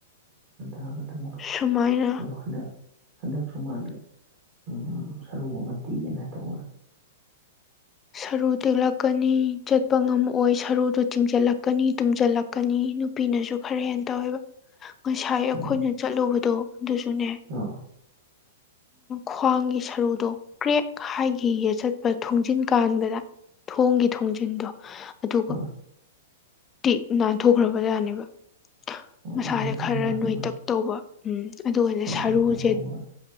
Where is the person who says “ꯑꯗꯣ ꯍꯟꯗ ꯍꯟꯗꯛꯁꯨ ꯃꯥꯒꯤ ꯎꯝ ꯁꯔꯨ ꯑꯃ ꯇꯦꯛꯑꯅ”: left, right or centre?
Right